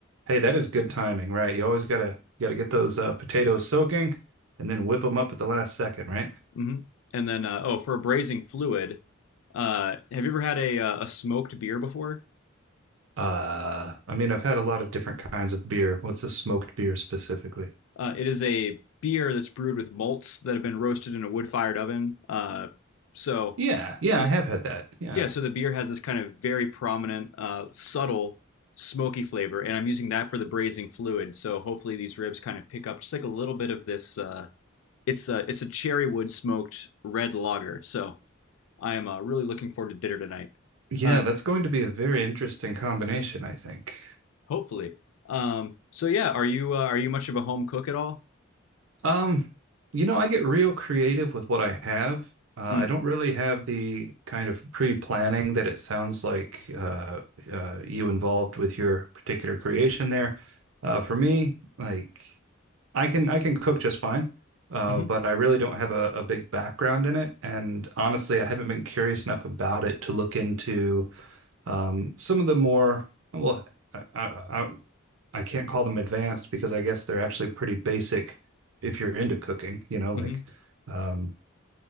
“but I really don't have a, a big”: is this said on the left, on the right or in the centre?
Right